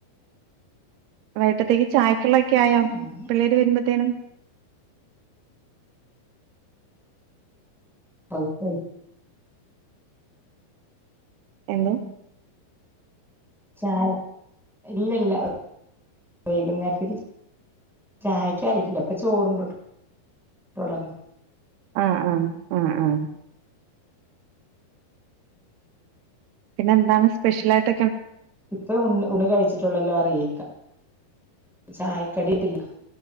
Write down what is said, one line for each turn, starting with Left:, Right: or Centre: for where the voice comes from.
Right: വൈട്ടത്തേക്ക് ചായ്ക്കള്ളൊക്കെ ആയാ
Centre: ആഹ്
Right: പിള്ളേര് വരുമ്പോത്തേനും
Centre: സട്ട
Right: എന്തോ
Centre: ചായ ഇല്ല ഇല്ല വൈകുന്നേരത്തേക്ക് ചായക്ക ആയിട്ടില്ല ഇപ്പൊ ചോറണ്ട്ട്ടള്ളല്ലോ
Right: അ ആ അ ആ പിന്നെ എന്താണ് സ്പെഷ്യല ആയിട്ട
Centre: ഇപ്പ ഉണ് ഉണ് കഴിച്ചിട്ടുള്ളല്ലോ അറിയേ ചായ കടിട്ടില്ല